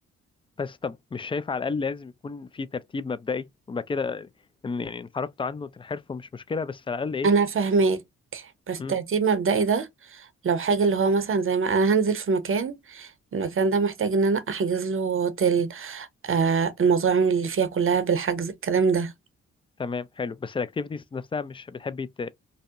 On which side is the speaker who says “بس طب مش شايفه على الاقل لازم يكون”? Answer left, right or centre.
Left